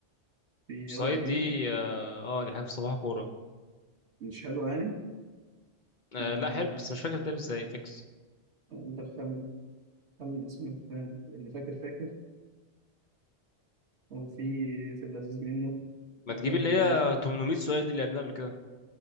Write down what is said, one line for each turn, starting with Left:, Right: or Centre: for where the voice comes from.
Right: في
Left: سايد
Right: يلا بينا
Left: دي اه آه، دي حاجه في صباح كوره
Right: مش حلوه يعني
Left: آه
Right: مم،
Left: لا حلو بس مش فاكر بتلعب ازاي فيكس
Right: ندخل خمن اسم الفيلم. اللي فاكر فاكر هو في في اللذيذ منه
Left: ما
Right: أفلام
Left: تجيب اللي
Right: في اللذيذ
Left: هي 800 سؤال دي اللي لعبناها قبل كده